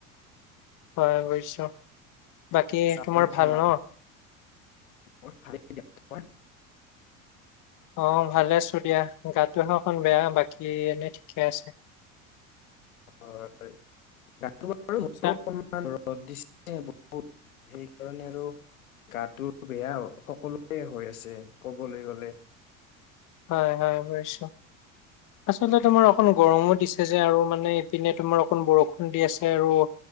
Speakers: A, on the left; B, on the left.
A: হয় <unintelligible> বাকী
B: চাহ
A: তোমাৰ
B: পানী
A: ভাল
B: খালা
A: ন
B: মই খোৱাই নাই তই।
A: অ', ভালে আছোঁ দিয়া গাটোহে অকণ বেয়া বাকী এনেই ঠিকে আছে।
B: হয়, হয় গাটো বাৰু মোৰো
A: আচ্ছা
B: অলপ বেয়া। ৰ'দ দিছে বহুত সেইকাৰণে আৰু। গাটো বেয়া সকলোয়ে হৈ আছে কবলৈ গ'লে।
A: হয়, হয় বুজিছোঁ।
B: <inaudible>
A: আচলতে তোমাৰ অকণ গৰমো দিছে যে আৰু মানে ইপিনে তোমাৰ অকন বৰষুণ দি আছে আৰু।